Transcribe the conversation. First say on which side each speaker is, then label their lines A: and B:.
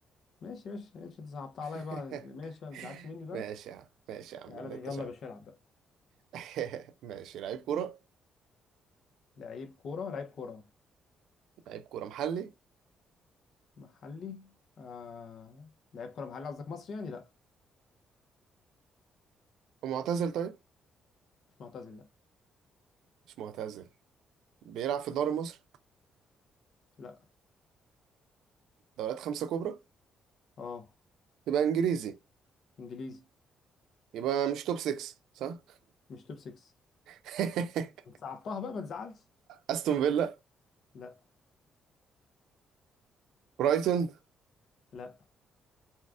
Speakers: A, on the left; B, on the right.
A: ماشي ماشي ماشي انت صعبتها
B: <laughs>
A: عليا بقى ماشي بقى ما تزعلش مني بقى
B: ماشي يا عم ماشي يا عم
A: تعالى
B: اللي
A: بقى
B: انت
A: يلا
B: شايفه
A: يا باشا العب بقى
B: <laughs> ماشي لعيب كورة
A: لعيب كوره لعيب كوره
B: لعيب كورة محلي
A: محلي آه... لعيب كوره محلي قصدك مصري يعني لا
B: ومعتزل طيب
A: مش معتزل لا
B: مش معتزل بيلعب في الدوري المصري
A: لا
B: دوريات خمسة كبرى
A: اه
B: يبقى انجليزي
A: انجليزي
B: يبقى مش توب 6 صح
A: مش توب 6
B: <laughs>
A: انت صعبتها بقى ما تزعلش
B: استون فيلا
A: لا
B: برايتون
A: لا